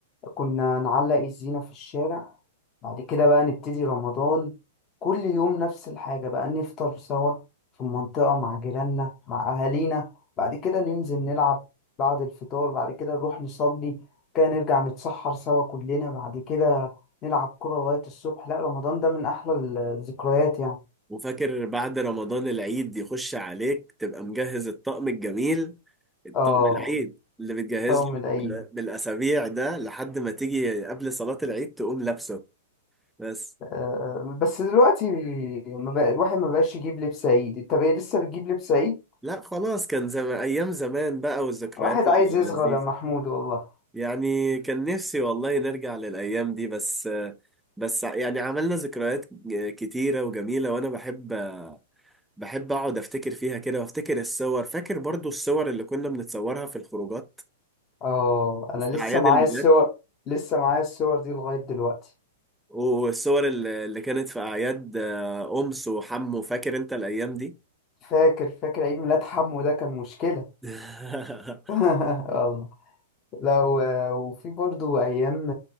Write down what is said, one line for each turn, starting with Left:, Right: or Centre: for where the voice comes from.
Left: كنا نعلق الزينة في الشارع بعد كده بقى نبتدي رمضان كل يوم نفس الحاجة بقى نفطر سوا في المنطقة مع جيراننا مع أهالينا بعد كده ننزل نلعب بعد الفطار بعد كده نروح نصلي كده نرجع نتسحر سوا كلنا بعد كده نلعب كرة لغاية الصبح لا رمضان ده من أحلى الذكريات يعني
Centre: وفاكر بعد رمضان العيد يخش عليك تبقى مجهز الطقم الجميل الطقم
Left: اه
Centre: العيد اللي بتجهز
Left: طبعا
Centre: له
Left: العيد
Centre: بال- بالأسابيع ده لحد ما تيجي قبل صلاة العيد تقوم لابسه بس
Left: آه، بس دلوقتي ما بقى الواحد ما بقاش يجيب لبس عيد انت بقى لسه بتجيب لبس عيد
Centre: لا خلاص كان زمان أيام زمان بقى والذكريات
Left: واحد
Centre: اللذيذة
Left: عايز يصغر يا محمود والله
Centre: يعني كان نفسي والله نرجع للأيام دي بس بس يعني عملنا ذكريات كتيرة وجميلة وأنا بحب بحب اقعد افتكر فيها كده وافتكر الصور فاكر برضو الصور اللي كنا بنتصورها في الخروجات
Left: اه انا
Centre: وفي
Left: لسه
Centre: اعياد
Left: معايا
Centre: الميلاد
Left: الصور لسه معايا الصور دي لغاية دلوقتي
Centre: والصور اللي اللي كانت في اعياد آه، امس وحمو فاكر انت الايام دي
Left: فاكر فاكر عيد ميلاد حمو ده كان مشكلة
Centre: <laughs>
Left: <laughs> والله لا و- وفي برضو ايام